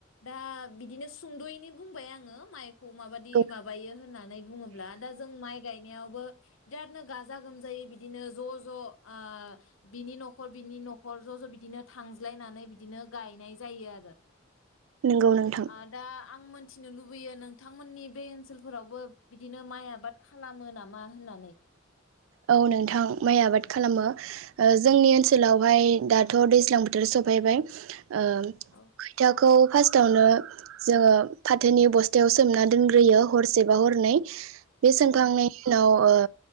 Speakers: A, on the left; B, on the right.
A: दा बिदिनो सुंद'यैनि बुंबाय आङो माइखौ माबाददि
B: औ
A: माबायो होननानै बुङोब्ला दा जों माइ गायनायावबो बिरादनो गाजा गोमजायै बिदिनो ज' ज' ओ बिनि न'खर बिनि न'खर ज' ज' बिदिनो थांज्लायनानै बिदिनो गायनाय जायो आरो।
B: नंगौ नोंथां
A: आ दा आं मोन मिथिनो लुबैयो नोंथांमोननि बे ओनसोलफोरावबो बिदिनो माइ आबाद खालामो नामा होननानै
B: औ नोंथां माइ आबाद खालामो। जोंनि ओनसोलावहाय दा थ' दैज्लां बोथोर सफैबाय। ओ
A: औ
B: खोथिया खौ फार्स्टावनो जोङो फाथोनि बस्थायाव सोमना दोनग्रोयो हरसेबा हरनै। बे सोमखांनायनि
A: औ
B: उनाव ओ <inaudible>